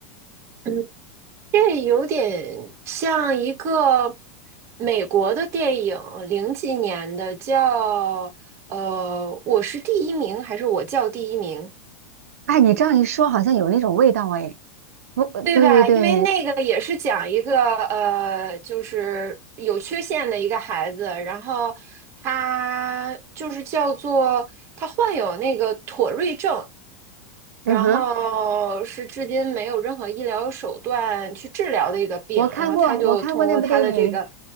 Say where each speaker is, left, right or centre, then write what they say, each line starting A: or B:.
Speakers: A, on the right; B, on the right.
A: 嗯，这有点像一个美国的电影，零几年的，叫呃，我是第一名还是我叫第一名？
B: 哎，你这样一说，好像有那种味道哎。我，
A: 对吧？
B: 对对对，
A: 因为那个也是讲一个呃，就是有缺陷的一个孩子，然后他就是叫做他患有那个妥瑞症，
B: 嗯哼，
A: 然后是至今没有任何医疗手段去治疗的一个病，
B: 我看过，
A: 然后他就通过他的这个，
B: 我看过那部电影。